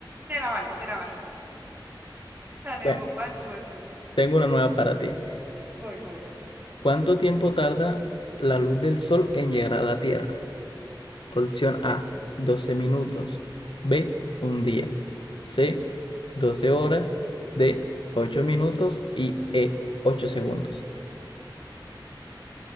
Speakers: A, on the right; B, on the left.
A: te la valgo, te la valgo. Dale,
B: Bueno,
A: va- vas tú, vas tú.
B: tengo una nueva para ti.
A: Voy, voy.
B: ¿Cuánto tiempo tarda la luz del sol en llegar a la Tierra? Opción A, 12 minutos. B, un día. C, 12 horas. D, 8 minutos. Y E, 8 segundos.